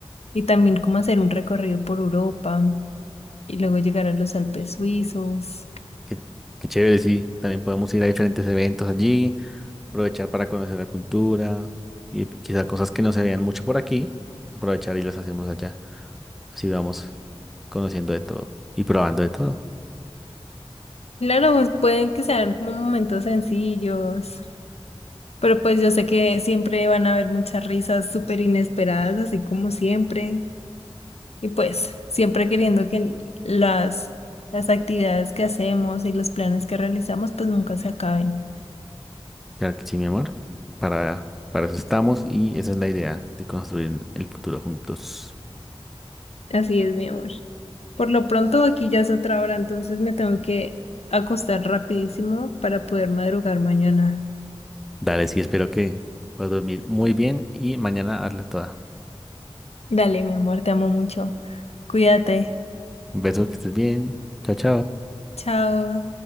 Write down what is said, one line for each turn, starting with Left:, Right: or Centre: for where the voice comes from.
Left: Y también como hacer un recorrido por Europa y luego llegar a los Alpes suizos.
Centre: qué, qué chévere, sí. También podemos ir a diferentes eventos allí, aprovechar para conocer la cultura y quizá cosas que no se vean mucho por aquí, aprovechar y las hacemos allá. Así vamos conociendo de todo y probando de todo.
Left: Claro, pues, pueden que sean como momentos sencillos, pero pues yo sé que siempre van a haber muchas risas súper inesperadas, así como siempre. Y pues siempre queriendo que las, las actividades que hacemos y los planes que realizamos pues nunca se acaben.
Centre: Claro que sí, mi amor. Para, para eso estamos y esa es la idea de construir el futuro juntos.
Left: Así es, mi amor. Por lo pronto aquí ya es otra hora, entonces me tengo que acostar rapidísimo para poder madrugar mañana.
Centre: Dale, sí, espero que puedas dormir muy bien y mañana hazla toda.
Left: Dale, mi amor, te amo mucho. Cuídate.
Centre: Un beso, que estés bien. Chao, chao.
Left: Chao.